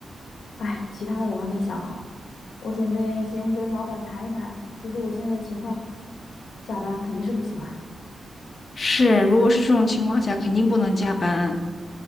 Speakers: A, on the left; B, on the left.
A: 哎，其他的我还没想好，我准备先跟老板谈一谈，说说我现在的情况。加班肯定是不行啦。
B: 是，如果是这种情况下，肯定不能加班。